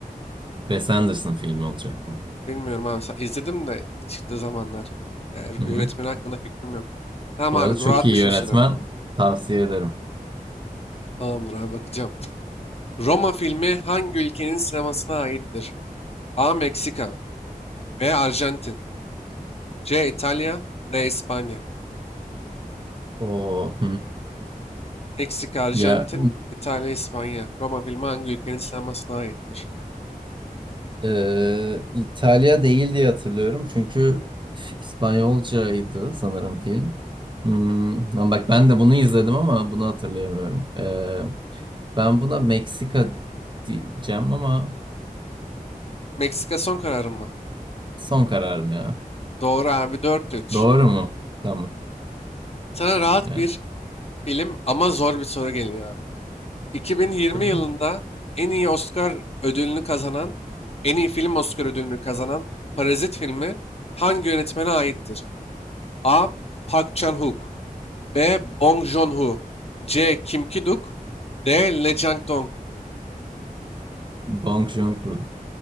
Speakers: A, on the right; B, on the left.
A: Wes Anderson filmi olacak bu.
B: Bilmiyorum abi. sa- İzledim de çıktığı zamanlar. Yani
A: Hı
B: yönetmenin
A: hı.
B: hakkında fikrim yok. Tamam
A: Bu arada
B: abi
A: çok
B: rahat
A: iyi
B: bir şey
A: yönetmen.
B: soruyorum.
A: Tavsiye ederim.
B: Tamamdır abi bakacağım. Roma filmi hangi ülkenin sinemasına aittir? A. Meksika. B. Arjantin. C. İtalya D. İspanya
A: O
B: Meksika, Arjantin,
A: Ya
B: İtalya, İspanya. Roma filmi hangi ülkenin sinemasına aittir?
A: Ee, İtalya değil diye hatırlıyorum. Çünkü İspanyolcaydı sanırım film. Hmm, lan bak ben de bunu izledim ama bunu hatırlayamıyorum. Ee, ben buna Meksika diyeceğim ama
B: Meksika son kararım mı?
A: son kararım ya.
B: Doğru abi dört üç.
A: Doğru mu? Tamam.
B: Sana rahat
A: Evet,
B: bir film ama zor bir soru geliyor abi. 2020
A: tamam.
B: yılında en iyi Oscar ödülünü kazanan, en iyi film Oscar ödülünü kazanan Parazit filmi hangi yönetmene aittir? A. Park Chan-wook B. Bong Joon-ho C. Kim Ki-duk D. Lee Chang-dong
A: Bong Joon-ho.